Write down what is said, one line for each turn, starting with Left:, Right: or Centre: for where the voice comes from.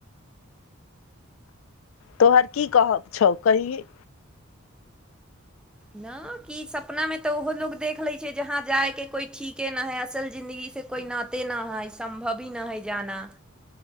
Left: तोहर की कहब छौ कहि
Centre: न कि सपना मे तऽ ओहो लोग देख लै छै जहा जाय के कोइ ठीके न है असल जिंन्दगी से कोइ नाते नहि है सम्भव ही नहि है जाना